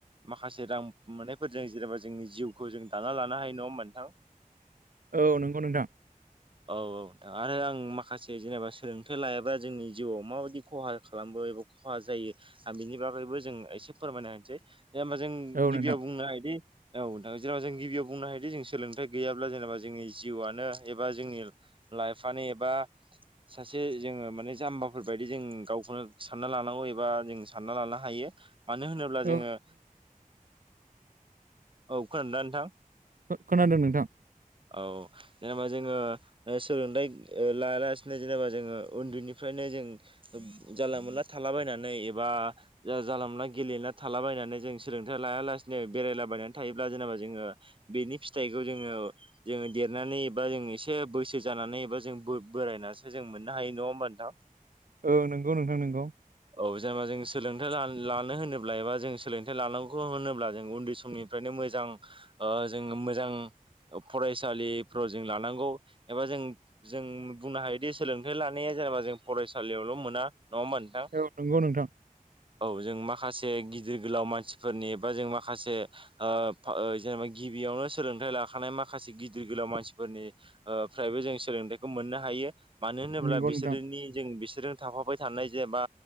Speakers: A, on the right (about 35°); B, on the right (about 70°).
A: माखासे रां मोननायफोरजों जेनेबा जोंनि जिउखौ जों दाना लानो हायो नङा नोंथां।
B: औ नंगौ नोंथां।
A: औ औ नोंथां आरो आं माखासे जेनेबा सोलोंथाइ लायाबा जोंनि जिउआव माबायदि खहा खालामो खहा जायो आ बिनि बागैबो जों एसे फोरमायना होनसै दे होमबा जों
B: औ
A: गिबियाव
B: नोंथां
A: बुंनो हायोदि औ नोंथां जेराव जों गिबियाव बुंनो हायोदि जों सोलोंथाइ गैयाब्ला जेनेबा जोंनि जिउआनो ए बा जोंनि लाइफनो एबा सासे जोङो माने जाम्बाफोर बायदि जों गाव सानना लानांगौ एबा जों सानना लानो हायो। मानो होनोब्ला
B: औ
A: जोङो औ खोनादोंना नोंथां
B: खोनादों नोंथां
A: औ जेनेबा जोङो सोलोंथाइ लायालासिनो जेनेबा जोङो उन्दैनिफ्रायनो जों जानला मोनला थालाबायनानै एबा जानला मोनला गेलेला थालाबायनानै जों सोलोंथाइ लायालासिनो बेरायलाबायनानै थायोब्ला जेनेबा जोङो, बेनि फिथाइखौ जोङो जोङो देरनानै एबा एसे बैसो जा नानै एबा जों बो-बोरायनासो जों मोननो हायो नङा होमबा नोंथां?
B: ओ नंगौ नोंथां नंगौ।
A: औ जेनेबा जों सोलोंथाइ ला-लानो होनोब्ला एबा जों सोलोंथाइ लानांगौखौ होनोब्ला जों उन्दै समनि फ्रायनो मोजां ओ जों मोजां फरायसालिफ्राव जों लानांगौ एबा जों जों बुंनो हायोदि सोलोंथाइ लानाया जेनेबा जों फरायसालियावल' मोना नङा होमबा नोंथां?
B: औ नंगौ नोंथां
A: औ जों माखासे गिदिर गोलाव मानसिफोरनि बा जों माखासे ओ फा जेनेबा गिबियावनो सोलोंथाइ लाखानाय माखासे गिदिर गोलाव मानसिफोरनि ओ जों सोलोंथाइखौ मोननो हायो मानो होनोब्ला
B: नंगौ
A: बिसोरनि
B: नोंथां
A: जों बि सोरजों थाफाबाय थानाय जेनेबा